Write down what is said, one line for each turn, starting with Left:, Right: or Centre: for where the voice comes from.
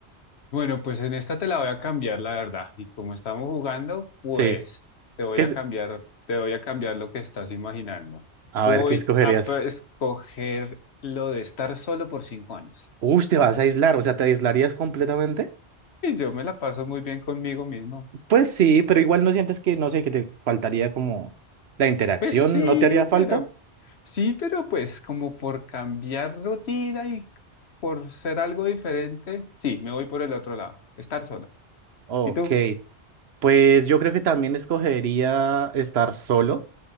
Left: Bueno, pues en esta te la voy a cambiar, la verdad. Y como estamos jugando, pues
Right: Sí.
Left: te voy
Right: ¿Qué
Left: a
Right: es-
Left: cambiar, te voy a cambiar lo que estás imaginando.
Right: A
Left: Voy
Right: ver, ¿qué escogerías?
Left: a pe- escoger lo de estar solo por cinco años.
Right: Uy, te vas a aislar, o sea, ¿te aislarías completamente?
Left: Y yo me la paso muy bien conmigo mismo.
Right: Pues sí, pero igual no sientes que, no sé, que te faltaría como la interacción,
Left: Pues sí,
Right: ¿no te haría falta?
Left: pero sí, pero pues como por cambiar rutina y por ser algo diferente, sí, me voy por el otro lado, estar solo.
Right: Ok,
Left: ¿Y tú?
Right: pues yo creo que también escogería estar solo.